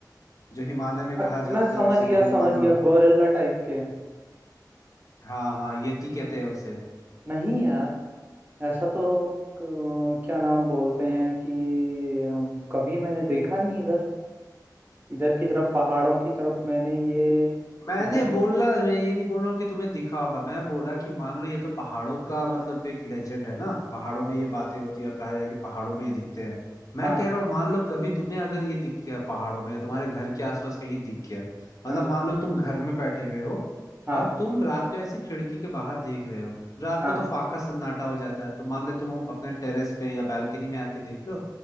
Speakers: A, on the left; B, on the right.
A: जो हिमालय में
B: अच्छा,
A: कहा जाता
B: मैं समझ
A: है उसे
B: गया
A: हिम
B: समझ
A: मानव
B: गया गोरिल्ला टाइप के
A: हाँ हाँ यति कहते हैं उसे
B: नहीं यार ऐसा तो क- क्या नाम बोलते हैं कि अम, कभी मैंने देखा नहीं इधर इधर की तरफ पहाड़ों की तरफ मैंने ये
A: मैंने
B: जा,
A: बोला मैं ये नहीं बोल रहा हूँ कि तुम्हें दिखा होगा मैं बोला कि मान लो ये तो पहाड़ों का मतलब एक लेजेंड है ना पहाड़ों में ये बातें होती है और कहा जाए कि पहाड़ों में ये दिखते हैं मैं
B: हाँ
A: कह रहा हूँ मान लो कभी तुम्हें अगर ये दिख गया पहाड़ों में या तुम्हारे घर के आसपास कहीं दिख गया मतलब
B: हाँ
A: मान लो तुम घर में बैठे हुए हो
B: हाँ
A: और तुम रात को ऐसी खिड़की के बाहर देख रहे हो रात
B: हाँ
A: को तो फांका सन्नाटा हो जाता है तो मान लो तुम अपने टेरेस पे या बालकनी में आके देख रहे हो